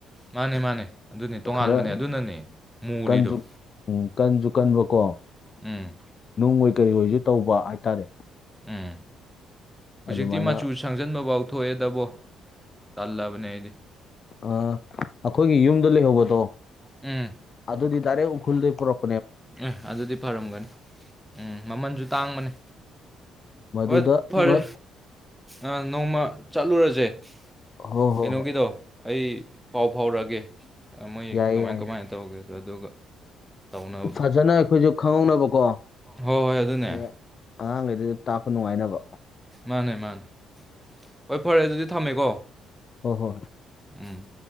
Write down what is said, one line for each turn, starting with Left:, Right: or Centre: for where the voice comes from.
Centre: ꯃꯥꯟꯅꯦ ꯃꯥꯟꯅꯦ ꯑꯗꯨꯅꯦ ꯇꯣꯉꯥꯟꯕꯅꯦ
Left: ꯈꯔ
Centre: ꯑꯗꯨꯅꯅꯦ ꯃꯨꯔꯤꯗꯣ
Left: ꯀꯟꯁꯨ ꯎꯝ ꯀꯟꯁꯨ ꯀꯟꯕꯀꯣ
Centre: ꯎꯝ
Left: ꯅꯨꯡꯑꯣꯏ ꯀꯩ ꯑꯣꯏꯁꯨ ꯇꯧꯕ ꯍꯥꯏꯇꯥꯔꯦ
Centre: ꯎꯝ ꯍꯧꯖꯤꯛꯇꯤ
Left: ꯑꯗꯨꯃꯥꯏꯅ
Centre: ꯃꯆꯨ ꯁꯪꯖꯟꯕ ꯐꯥꯎ ꯊꯣꯛꯑꯦꯗꯕꯣ ꯇꯜꯂꯕꯅꯦ ꯑꯩꯗꯤ
Left: ꯑ ꯑꯈꯣꯏꯒꯤ ꯌꯨꯝꯗ ꯂꯩꯍꯧꯕꯗꯣ
Centre: ꯎꯝ
Left: ꯑꯗꯨꯗꯤ ꯗꯥꯏꯔꯦꯛ ꯎꯈ꯭ꯔꯨꯜꯗꯩꯩ ꯄꯨꯔꯛ
Centre: ꯑꯦ ꯑꯗꯨꯗꯤ ꯐꯔꯝꯒꯅꯤ ꯎꯝ ꯃꯃꯜꯁꯨ ꯇꯥꯡꯕꯅꯤ
Left: ꯃꯗꯨꯗ
Centre: ꯍꯣꯏ ꯐꯔꯦ
Left: ꯃꯠ
Centre: ꯑ ꯅꯣꯡꯃ ꯆꯠꯂꯨꯔꯁꯦ <unintelligible>
Left: ꯍꯣ
Centre: ꯀꯩꯅꯣ
Left: ꯍꯣ ꯍꯣꯏ
Centre: ꯀꯗꯣ ꯑꯩ ꯄꯥꯎ ꯐꯥꯎꯔꯛꯑꯒꯦ ꯃꯣꯏ
Left: ꯌꯥꯏꯌꯦ
Centre: ꯀꯃꯥꯏ
Left: ꯌꯥꯏꯌꯦ
Centre: ꯀꯃꯥꯏꯅ ꯇꯧꯒꯦ ꯑꯗꯨ ꯑꯗꯨꯒ ꯇꯧꯅꯕ
Left: ꯐꯖꯅ ꯑꯩꯈꯣꯏꯁꯨ ꯈꯪꯍꯧꯅꯕꯀꯣ ꯑꯩ
Centre: ꯍꯣꯏ ꯍꯣꯏ ꯑꯗꯨꯅꯦ
Left: ꯑꯉꯥꯡꯈꯩ ꯑꯗꯨꯗ ꯇꯥꯛꯄ ꯅꯨꯡꯉꯥꯏꯅꯕ
Centre: ꯃꯥꯅꯦ ꯃꯥꯅꯦ ꯑꯣ ꯐꯔꯦ ꯑꯗꯨ ꯊꯝꯃꯦꯀꯣ
Left: ꯍ ꯍꯣ
Centre: ꯎꯝ